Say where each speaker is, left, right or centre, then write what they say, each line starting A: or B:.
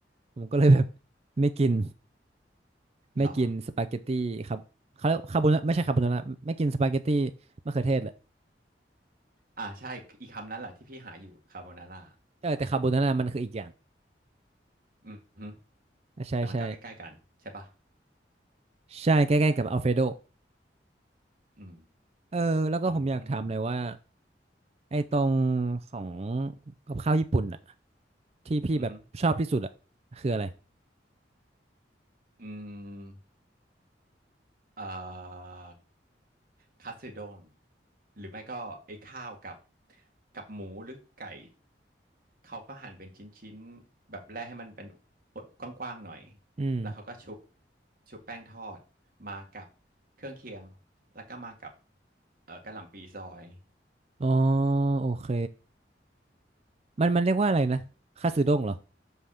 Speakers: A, on the right; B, on the right.
A: ผมก็เลยแบบ <laughs> ไม่กินไม่กินสปาเกตตี้ครับเขาเรียกคาโบนาไม่ใช่คาโบนาร่าไม่กินสปาเกตตี้
B: เหรอ
A: มะเขือเทศแหละ
B: อ่าใช่อีกคำนั้นแหละที่พี่หาอยู่คาโบนาร่า
A: เออแต่คาโบนาร่ามันคืออีกอย่าง
B: อืมฮึ
A: อ่ะใช่ใช่
B: แต่มันก็ใกล้ๆกันใช่ปะ
A: ใช่ใกล้ๆกับอัลเฟรโด
B: อืม
A: เออแล้วก็ผมอยากถามหน่อยว่า
B: อืมอืม
A: ไอ้ตรงของกับข้าวญี่ปุ่นอะที่พี่แบบชอบที่สุดอะคืออะไร
B: อืมฮึอืมเอ่อคัตสึโดน หรือไม่ก็ไอ้ข้าวกับกับหมูหรือไก่ เขาก็หั่นเป็นชิ้นๆแบบแรกให้มันเป็นกว้างๆหน่อย
A: อืม
B: แล้วเขาก็ชุบชุบแป้งทอดมากับเครื่องเคียง แล้วก็มากับเอ่อกะหล่ำปีซอย
A: อ๋อโอเคมันมันเรียกว่าอะไรนะคัตสึด้งเหรอ